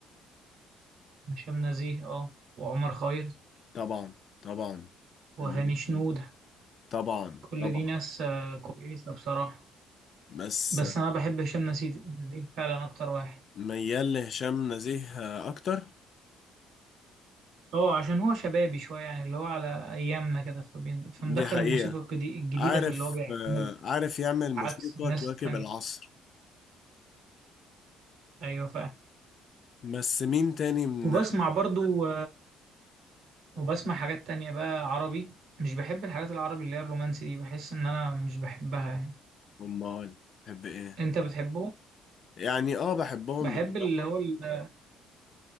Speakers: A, on the right; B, on the left.
A: هشام نزيه اه وعمر خيرت
B: طبعا طبعا
A: وهاني
B: فنان
A: شنودة
B: كبير. طبعا
A: كل
B: طبعا
A: دي ناس آه، كويسة بصراحة
B: بس
A: بس أنا بحب هشام نزيه نزيه فعلا أكتر واحد
B: ميال لهشام نزيه آه، اكتر
A: اه عشان هو شبابي شوية يعني اللي هو على أيامنا كده فبين... فمدخل
B: دي حقيقة
A: الموسيقى الجدي- الجديدة
B: عارف
A: في اللي هو بيعمله
B: آه، عارف يعمل موسيقى
A: عكس الناس
B: تواكب
A: التانية
B: العصر
A: أيوة فعلا
B: بس مين تاني من
A: وبسمع برضو وبسمع حاجات تانية بقى عربي مش بحب الحاجات العربي اللي هي الرومانسي دي بحس ان انا مش بحبها يعني
B: امال تحب ايه
A: انت بتحبه
B: يعني اه بحبهم
A: بحب
B: بصراحة
A: اللي هو ال-